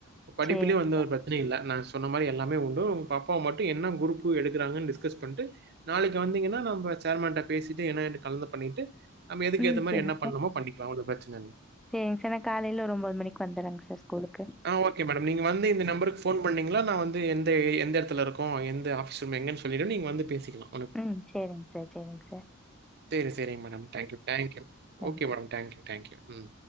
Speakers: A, on the right; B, in the centre.
A: சோ படிப்பிலயு
B: சேரிங்க.
A: வந்து ஒரு பி பிரச்சனையு இல்ல நா சொன்ன மாரி எல்லாமே உண்டு உங்க பாப்பாவை மட்டு என்ன குரூப்பு எடுக்கிறாங்கன்னு டிஸ்கஸ் பண்ட்டு நாளைக்கு வந்தீங்கன்னா நம்ப சேர்மேன்ட்ட பேசிட்டு என்ன ஏதுன்னு கலந்து பண்ணிட்டு நம்ம எதுக்க
B: ம்
A: ஏத்த மாரி
B: சேரிங்க
A: என்ன பண்ணுமோ
B: சார்.
A: பண்ணிக்கலா ஒன்னு பிரச்சன இல்ல
B: சேரிங்க சர் நா காலைல ஒரு ஒம்போது மணிக்கு வந்துரங்க சர் ஸ்கூளுக்
A: ஆ ஓகே மேடம் நீங்க வந்து இந்த நம்பருக் ஃபோன் பண்ணிங்கனா நா வந்து எந்த எந்த எடத்துலருக்கோ எந்த ஆஃபீஸ் ரூம் எங்கன் சொல்லிடுவ நீங்க வந்து பேசிக்கலா
B: ம் சேரிங்சர் சேரிங்சர்
A: சேரி சேரிங்க மேடம் தங்க்யூ தங்க் யூ
B: ம்.
A: Okay madam thank you thank you ம்